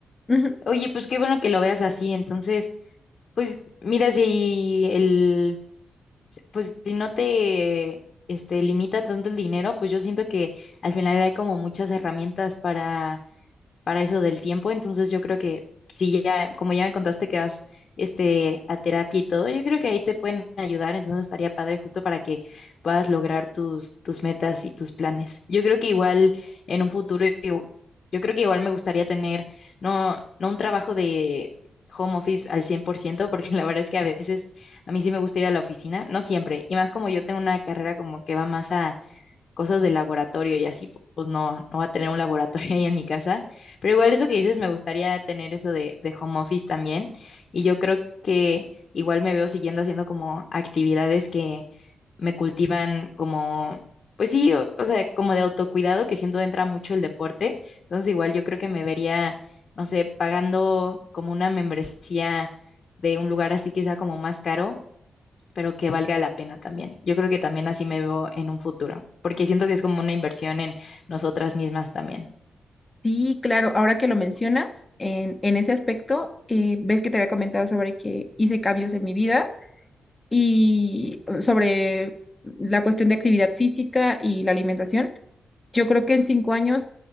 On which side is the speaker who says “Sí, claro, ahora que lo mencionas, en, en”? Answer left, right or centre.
Left